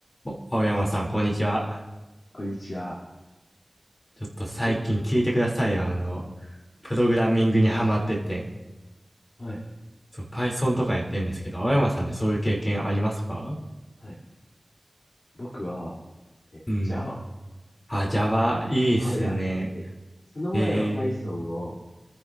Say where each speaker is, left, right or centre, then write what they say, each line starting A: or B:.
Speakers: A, on the left; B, on the left.
A: お、青山さん、こんにちは。
B: こんにちは。
A: ちょっと最近聞いてくださいよ。
B: はい。
A: あの、プログラミングにハマってて、
B: はい。
A: そう、Python とかやってるんですけど、青山さんってそういう経験ありますか
B: はい。僕は、えっと、
A: うん。
B: Java
A: あ、Java、いいっすね。
B: をやってて、その前は
A: え
B: Python
A: ー
B: を